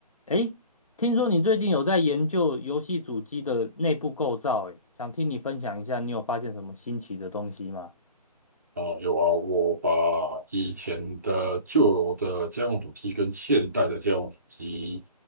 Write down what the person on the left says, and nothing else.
诶，听说你最近有在研究游戏主机的内部构造，诶，想听你分享一下，你有发现什么新奇的东西吗？